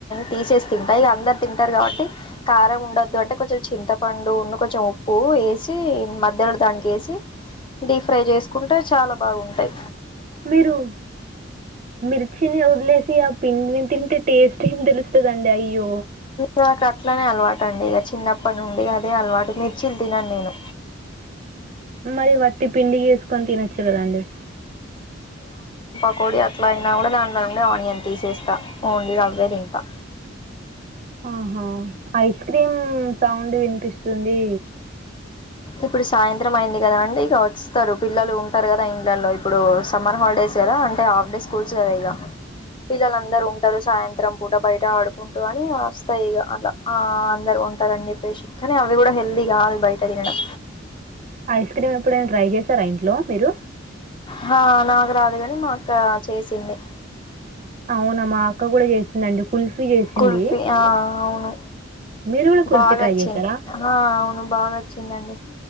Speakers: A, on the left (about 25°); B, on the right (about 35°).
A: తీసేసి తింటా ఇగ అందరు తింటారు కాబట్టి కారం ఉండొద్దు అంటే కొంచెం చింతపండు ను కొంచెం ఉప్పు ఉప్పు ఏసి మధ్యలో దానికి వేసి డీప్ ఫ్రై జేసుకుంటే చాలా బావుంటాయ్
B: మీరు మిర్చిని వదిలేసి అప్ పిండి ని తింటే టేస్ట్ ఏం తెలుస్తదండి అయ్యో
A: నాకు అట్లనే అలవాటు అండి ఇగ చిన్నప్పటి నుండి అదే అలవాటు మిర్చిలు తినను నేను
B: మరి వట్టి పిండి జేసుకొని తినొచ్చు కద అండి
A: పకొడి అట్లా అయినా గూడా దాంట్లో నుండి ఆనియన్ తీసేస్తా ఓన్లీ రవ్వే తింటా
B: ఆహా ఐస్ క్రీమ్ సౌండ్ వినిపిస్తుంది
A: ఇప్పుడు సాయంత్రం అయింది గదా అండి ఇక వస్తారు పిల్లలు ఉంటారు గదా ఇండ్లలో ఇప్పుడు సమ్మర్ హాలిడేస్ గదా అంటే హాఫ్ డే స్కూల్స్ గదా ఇగ పిల్లలు అందరూ ఉంటారు సాయంత్రం పూట బయట ఆడుకుంటూ అని వస్తాయి ఇగ అట్లా ఆ అందరు ఉంటారని అనిజొప్పేసి కానీ అవి గూడా హెల్దీ గాదు బయట దినడం
B: ఐస్ క్రీమ్ ఎప్పుడైనా ట్రై చేశారా ఇంట్లో మీరు
A: హా నాకు రాదు గాని మా అక్క చేసింది
B: అవునా మా అక్క గూడా చేసిందండి కుల్ఫీ చేసింది
A: కుల్ఫీ ఆ అవును
B: మీరు కూడా కుల్ఫీ
A: బాగా
B: ట్రై
A: అచ్చింది
B: చేశారా
A: హా అవును బాగా అచ్చిందండి